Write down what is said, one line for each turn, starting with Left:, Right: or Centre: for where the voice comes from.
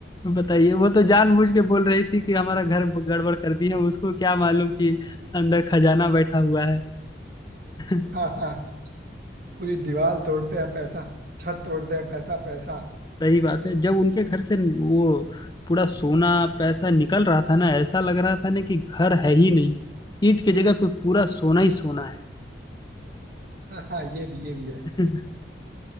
Left: बताइए वो तो जानबूझ के बोल रही थी कि हमारा घर गड़बड़ कर दी है उसको क्या मालूम कि अंदर खजाना बैठा हुआ है <laughs>
Right: वो <laughs> पूरी दीवार तोड़ते हैं पैसा छत तोड़ते हैं पैसा पैसा
Left: सही बात है जब उनके घर से वो पूरा सोना पैसा निकल रहा था ना ऐसा लग रहा था ना कि घर है ही नहीं ईंट की जगह पे पूरा सोना ही सोना है
Right: हाँ हाँ ये भी ये भी है
Left: <laughs>